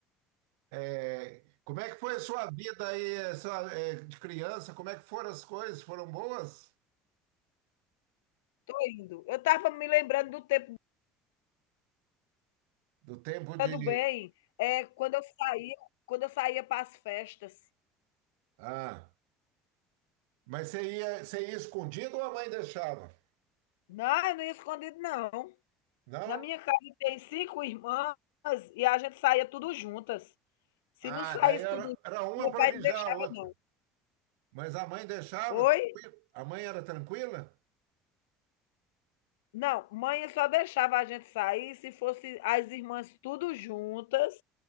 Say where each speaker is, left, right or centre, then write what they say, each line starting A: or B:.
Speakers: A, on the right (about 70°); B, on the left (about 75°).
A: É, como é que foi a sua vida aí, essa, é, de criança? Como é que foram as coisas? Foram boas?
B: tô indo. Eu tava me lembrando do tempo
A: Do tempo de...
B: do bem, é quando eu saía quando eu saía para as festas.
A: Ah, mas você ia, você ia escondido ou a mãe deixava?
B: Não, eu não ia escondido não.
A: Não?
B: Na minha casa tem 5 irmãs e a gente saía tudo juntas. Se
A: Ah,
B: não saísse
A: daí era,
B: tudo junto,
A: era uma
B: meu
A: para
B: pai
A: vigiar
B: não deixava
A: a outra.
B: não.
A: Mas a mãe deixava,
B: Oi?
A: tranquila? A mãe era tranquila?
B: Não, mãe só deixava a gente sair se fosse as irmãs tudo juntas